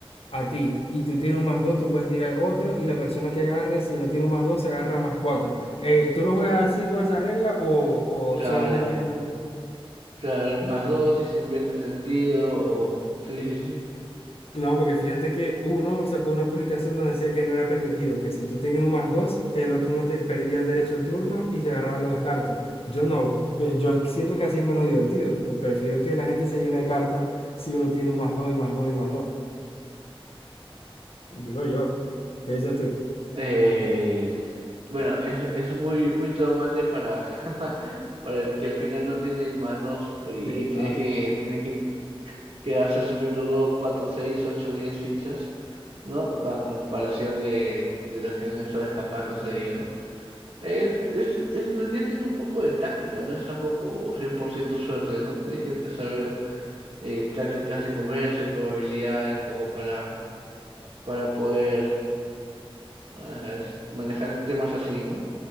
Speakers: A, on the left; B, on the right.
A: a ti y tú tienes un más dos, tú puedes tirar otro y la persona que agarre, si no tiene un más dos, se agarra más cuatro. Eh, ¿tú lo juegas así con esa regla o,
B: Claro.
A: o solamente tiras un...
B: Claro, el más dos si se invierte el sentido o... Sí, sí, sí.
A: No, porque fíjate que uno sacó una publicación donde decía que no era permitido, que si tú tenías un más dos, el otro no te perdía el derecho
B: Mm,
A: al turno y se agarraban las dos cartas.
B: Ujú.
A: Yo no, ve- yo siento que así es menos divertido. Uh, Prefiero que la gente se llene de cartas si uno tiene un más dos y más dos y más dos. Digo yo. ¿Qué dices tú?
B: Eh, bueno, es, es muy, muy traumante para, <laughs> para el que al final no tiene el más dos y,
A: Sí,
B: y tiene
A: claro.
B: que, tiene que quedarse asumiendo dos, cuatro, seis, ocho, diez fichas, ¿no? A comparación de, de los que han estado escapándose de ello, ¿no? Eh, es, es, en realidad tiene un poco de táctica, no es tampoco 100% suerte, ¿no? Tienes que te saber eh, tácticas de comercio, probabilidades, como para, para poder ah, es- manejar temas así, ¿no?